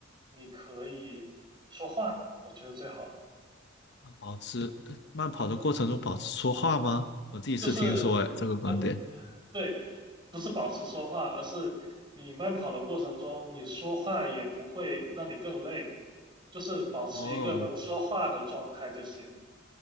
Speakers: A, on the right (about 25°); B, on the left (about 60°).
A: 你可以说话，我觉得最好的
B: 慢跑之呃慢跑的过程中保持说话吗？我第一次听说，
A: 就是，
B: 哎，这个观点。
A: 呃，对，不是保持说话，而是你慢跑的过程中，你说话也不会让你更累，就是保持一个能说话的状态就行了。
B: 哦